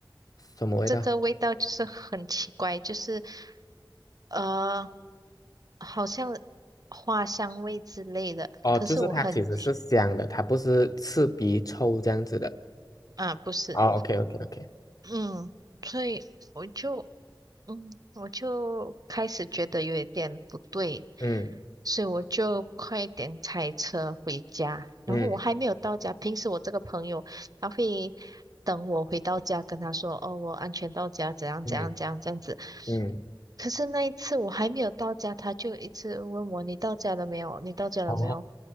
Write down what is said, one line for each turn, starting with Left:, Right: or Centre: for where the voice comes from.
Left: 什么味道？
Right: 这个味道就是很奇怪，就是呃，好像花香味之类的。
Left: 哦，
Right: 可是我很，
Left: 就是它其实是香的，它不是刺鼻臭这样子的。
Right: 啊，不是，
Left: 哦，OK OK OK，
Right: 嗯，所以我就嗯，我就开始觉得有一点不对，
Left: 嗯
Right: 所以我就快点开车回家。然后我还没有到家，
Left: 嗯。
Right: 平时我这个朋友他会等我回到家，跟他说：“哦，我安全到家，怎样怎样怎样这样子。”
Left: 嗯嗯，
Right: 可是那一次我还没有到家，他就一直问我：“你到家了没有？你到家了没有？”
Left: 哦